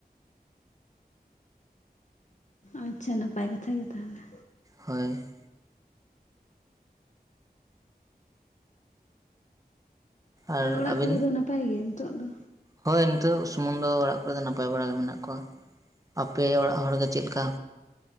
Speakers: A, on the left (about 50°); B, on the right (about 20°).
A: ᱟᱪᱪᱷᱟ ᱱᱟᱯᱟᱭ ᱠᱟᱛᱷᱟ ᱜᱮ ᱛᱟᱦᱚᱞᱮ
B: ᱦᱳᱭ ᱟᱨ
A: ᱚᱲᱟᱜ
B: ᱟ, ᱵᱤ
A: ᱠᱚᱨᱮ ᱫᱚ ᱱᱟᱯᱟᱭ ᱜᱮ ᱱᱤᱛᱚᱜ ᱫᱚ
B: ᱦᱳᱭ ᱱᱤᱛᱚᱜ ᱥᱩᱢᱩᱝ ᱫᱚ ᱚᱲᱟᱜ ᱠᱚᱨᱮ ᱫᱚ ᱱᱟᱯᱟᱭ ᱵᱟᱲᱟᱜ ᱜᱮ ᱢᱮᱱᱟᱜ ᱠᱚᱣᱟ ᱟᱯᱮ ᱚᱲᱟᱜ ᱦᱚᱲ ᱜᱮ ᱪᱮᱫ ᱞᱮᱠᱟ